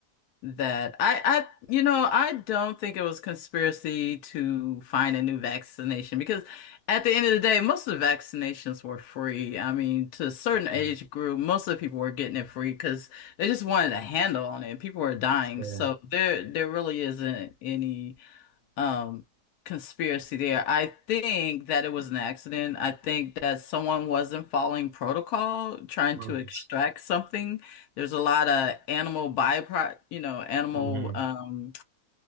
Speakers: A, on the left (about 70°); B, on the right (about 70°).
A: that I I you know I don't think it was conspiracy to find a new vaccination because at the end of the day most of the vaccinations were free. I mean to a certain age
B: yeah,
A: group most of the people were getting it free because they just wanted a handle on it people were dying.
B: sure,
A: So there there really isn't any um conspiracy there. I think that it was an accident. I think that someone wasn't following protocol, trying
B: Markets.
A: to extract something. There's a lot of animal byproduct, you know, animal
B: hmm
A: um